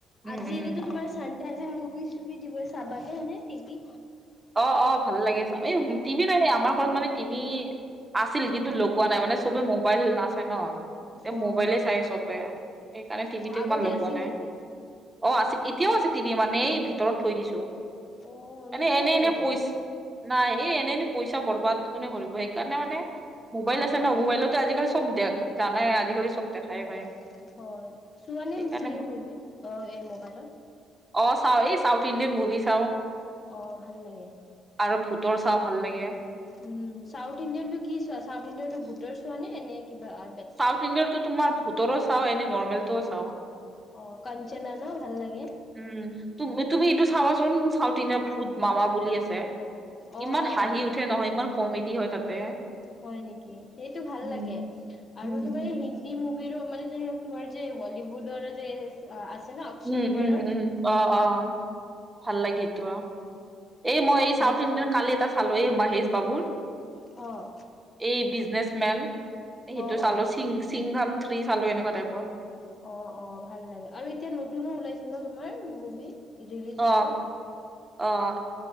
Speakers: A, on the right; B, on the left.
A: উম
B: আজি
A: উম
B: এনেতো তোমাৰ ছানডে আজি মুভি চুভি দিব চাবানে এনে টিভি?
A: অ', অ', ভাল লাগে চাই এই টিভি নাই ন আমাৰ ঘৰত মানে টিভি আছিল কিন্তু লগোৱা নাই মানে চবে মোবাইল আছে ন। তে
B: অ',
A: মোবাইলে
B: অ',
A: চাই
B: হয়।
A: চবে সেইকাৰণে টিভিত
B: অ', আগতে
A: ইমান লগোৱা
B: আছিল
A: নাই।
B: টিভি।
A: অ, আছিল এতিয়াও আছে তিনি মানে এই ভিতৰত থৈ দিছো।
B: অ,
A: মানে
B: নোচোৱা
A: এনে
B: নেকি
A: এনে
B: টিভি?
A: পইচ নাই এই এনেই পইচা বৰবাদ কোনে কৰিবব সেইকাৰণে মানে মোবাইল আছে
B: হয়।
A: ন মোবাইলতে আজিকালি চব দেক জানাই আজিকালি চব দেখাই
B: অ,
A: পায়,
B: হয় চোৱা নে
A: সেইকাৰণে
B: ফিল্ম মুভিত অ, এই মোবাইলত।
A: অ, চাও এই চাউথ ইণ্ডিয়ান মুভি চাও।
B: অ, ভাল লাগে।
A: আৰু ভূতৰ চাও ভাল লাগে।
B: উম, চাউথ ইণ্ডিয়ান টো কি চোৱা চাউথ ইণ্ডিয়ানটো ভূতৰ চোৱা নে - নে কিবা আ
A: চউথ ইণ্ডিয়াৰ তো তোমাৰ ভূতৰো চাও এনে নৰ্মেলটো চাও।
B: অ, কাঞ্চনা ন ভাল লাগে।
A: উম, তুমি এইটো চাবাচোন চাউথ ইডিয়াৰ ভূত মামা বুলি আছে।
B: অ',
A: ইমান
B: অ',
A: হাঁহি
B: অ'।
A: উঠে নহয় ইমান কমেডী হয় তাতে।
B: হয় নেকি? সেইটো ভাল
A: উম,
B: লাগে
A: উম।
B: আৰু তুমাৰ এই হি দি মুভি ৰ মানে যে তোমাৰ যে বলিউডৰ যে আছে ন অক্ষয়
A: উম-
B: কুমাৰৰ
A: উম -উম অ', অ', ভাল লাগে তো এই মই এই চাউথ
B: হে
A: ইণ্ডিয়ান কালি এটা চালো এই মাহেশ বাবুৰ।
B: অ',
A: এই বিজনেচ মেন সেইটো
B: অ
A: চালো
B: অ
A: সিংঘাম থ্ৰী চালো এনেকুৱা টাইপৰ।
B: অ', অ', ভাল লাগে আৰু এতিয়া নতুনো ওলাইছে ন তোমাৰ মুভি। ৰিলিজ
A: অ',
B: হৈছে
A: অ',